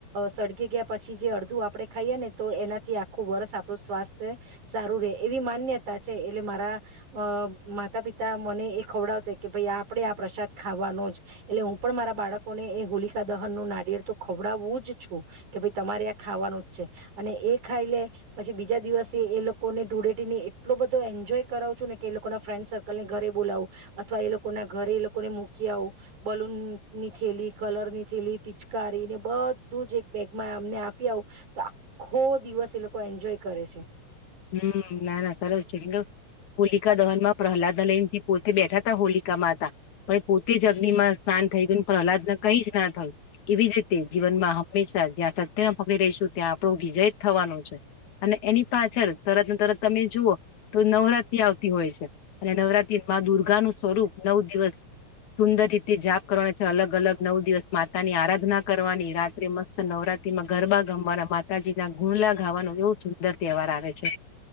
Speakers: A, on the right; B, on the left.
A: સળગી ગયા પછી જે અડધું આપડે ખાઈએ ને તો એનાથી આખું વર્ષ આપણું સ્વાસ્થ્ય સારું રહેે એવી માન્યતા છે એટલે મારા માતા પિતા મને એ ખવડાવતા કે ભાઈ આપડે આ પ્રસાદ ખાવાનો જ એટલે હું પણ મારા બાળકોને એ હોલિકા દહન નું નારિયેળ તો ખવડાવવું જ છું કે ભાઈ તમારે આ ખાવાનું અને એ ખાઈ લ પછી બીજા દિવસે એ લોકોને ધૂળેટીીને એટલો બધો એન્જોય કરાવું છું ને કે એ લોકો ના ફ્રેન્ડ સર્કલને ઘરે બોલાવું અથવા એ લોકો ના ઘરે એ લોકોને મૂકી આવું બલૂનની થેલી કલર ની થેલી પિચકારીને બધું જ એક બેગમાં અમને આપી આવું. તો આખો દિવસ એ લોકો એન્જોય કરે છે.
B: હમ ના ના સરસ છે કે હોલિકા દહન માં પ્રહલાદ લઈ ને પોતે બેઠા ત હોલિકામાં હતા પણ પોતે જ અગ્નિ માં સ્નાન થઈ ગયું પ્રહલાદ કઈ જ ના થયું એવી જ રીતે જીવનમાં હંમેશા જ્યાં સત્યને પકડી રહીશું ત્યાં આપણો વિજય જ થવાનો. અને એની પાછળ તરત તરત તમે જુઓ તો નવરાત્રી આવતી હોય છે અને નવરાત્રી મા દુર્ગાનુંું સ્વરૂપ નવ દિવસ સુંદર રીતે જાપ કરવાનું છે અલગ અલગ નવ દિવસ માતા ની આરાધના કરવાની રાત્રે મસ્ત નવરાત્રીમાં ગરબા ગમવાના માતાજીના ગુંડલા ગાવાનું એવો સુંદર તહેવાર આવે છે. છે.